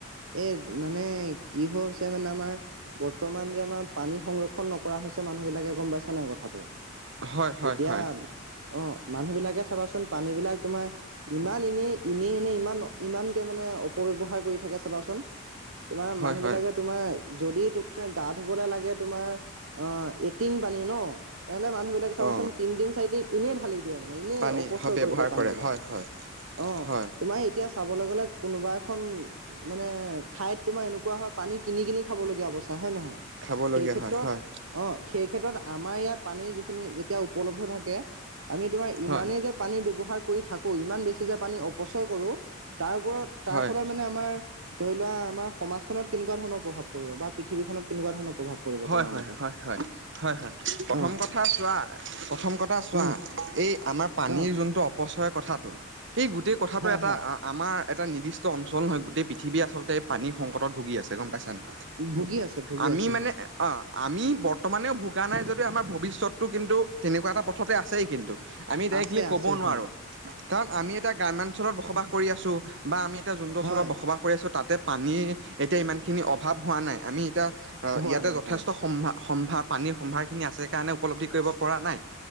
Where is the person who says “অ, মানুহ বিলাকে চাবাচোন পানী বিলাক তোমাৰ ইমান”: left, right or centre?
Right